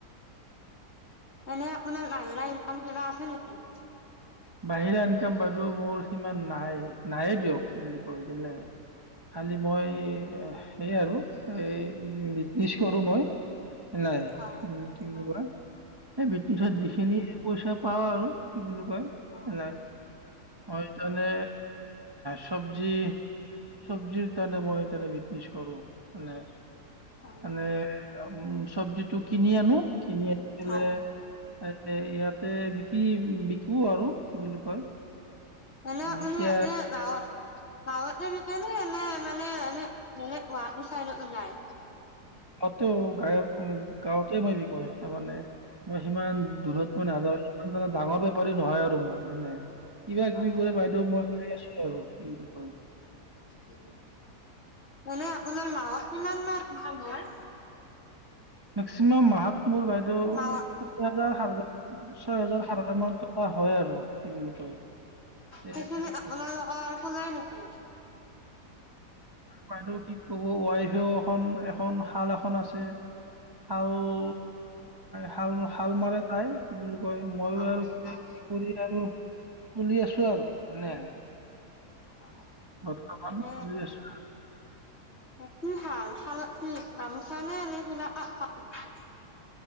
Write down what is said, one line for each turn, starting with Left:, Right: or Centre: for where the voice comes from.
Left: এনে আপোনাৰ বাহিৰা <unintelligible> পিলা আছে নেকি
Right: বাহিৰা ইনকাম বাইেউ মোৰ সিমান নাই নায়ে দিয়ক কি বুলি কয় বে খালি মই
Left: অ',
Right: সেই আৰু এই ইচ কৰো মই নাই
Left: হয়।
Right: উম কি বুলি
Left: হয়,
Right: কোৱা এই বিটিছত
Left: উম,
Right: যিখিনি পইচা পাওঁ আৰু কি বুলি কয়
Left: অ',
Right: নাই হয় তানে চব্জি চব্জিৰ তানে মই তনে বিত- নিছ কৰো নাই
Left: অ',
Right: আনে উম চব্জিটো কিনি আনো কিনি আনি পেলাই
Left: হয়।
Right: এ ইয়াতে ইয়াতে বিকি বিকো আৰু। কি বুলি কয়
Left: এনে
Right: উম,
Left: আপনি
Right: এতিয়া
Left: ই গৱ তা আগতে বিষাই নে নে মানে এনে মানে ৱান চাইডত বিষাই
Right: গৱতে গাঁৱত উ গাঁৱতে মই বিক কৰাচে মানে মই সিমান
Left: অ',
Right: দূৰত মই নাযাওঁ ইমান ডাঙ ডাঙৰ বেপাৰী নহয় আৰু মই যেনে কিবা কিবি
Left: অ',
Right: কৰে বাইদেউ মই খাই আছো। আৰু ইল কৰে
Left: উম মানে আপোনাৰ মাহত কিমান কিমান ভাল হয়
Right: মেক্সিমাম মাহত মোৰ বাইদেউ
Left: মাহত
Right: ছয় হাজাৰ ছয় হাজাৰ সাত হাজাৰ মান টকা হয় আৰু কি বুলি কয়
Left: সেইখিনি
Right: এ
Left: আপোনালোকৰ ওলাই নেকি?
Right: বাইদেউ কি ক'ব ৱাইফেও এখন এখ এখন শাল এখন আছে। আৰুউ হাল হাল মাৰে তাই কি বুলি কয় মইয়ো
Left: অ',
Right: আৰু কিবা
Left: অ',
Right: কিবি কৰি আৰু চলি আছো আৰু <unintelligible>
Left: অ
Right: বৰ্তমান
Left: মানে
Right: চলি আছো
Left: এ কি শাল শালত কি গামোচা নে এনে কিবা <unintelligible> <inaudible>